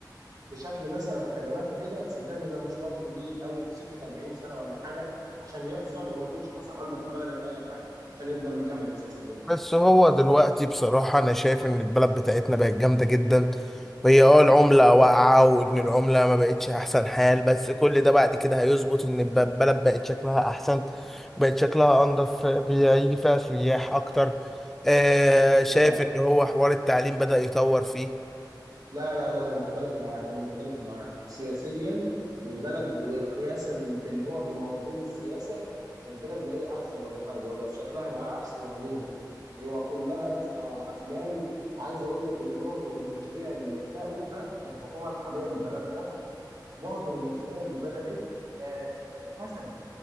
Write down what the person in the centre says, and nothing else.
بس هو دلوقتي بصراحة انا شايف ان البلد بتاعتنا بقت جامدة جدا وهي اه العملة واقعة وان العملة ما بقتش احسن حال بس كل ده بعد كده هيظبط ان الب- البلد بقت شكلها احسن بقت شكلها انضف بيجي فيها سياح اكتر آه شايف
ان هو حوار التعليم بدأ يطور فيه